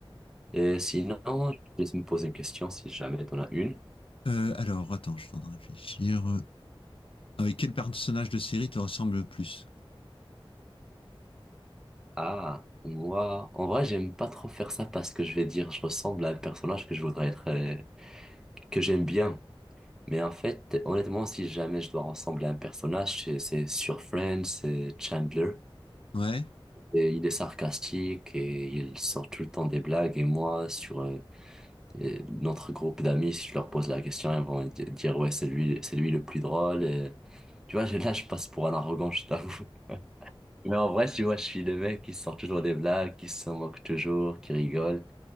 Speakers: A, in the centre; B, on the left.
A: Et sinon, je vais me poser une question si jamais t'en as une.
B: Euh, alors, attends, je suis en train de réfléchir. Ah oui, quel personnage de série te ressemble le plus?
A: Ah, moi, en vrai, j'aime pas trop faire ça parce que je vais dire, je ressemble à un personnage que je voudrais être. euh, que j'aime bien. Mais en fait, honnêtement, si jamais je dois ressembler à un personnage, c'est c'est sur Friends, c'est Chandler.
B: Ouais,
A: Et Il est sarcastique et il sort tout le temps des blagues. Et moi, sur euh, euh, notre groupe d'amis, si je leur pose la question, ils vont di- dire, ouais, c'est lui, c'est lui le plus drôle. Et, tu vois, <laughs> j'ai- là, je passe pour un arrogant, je t'avoue. <laughs> Mais en vrai, tu vois, je suis le mec qui sort toujours des blagues, qui se moque toujours, qui rigole.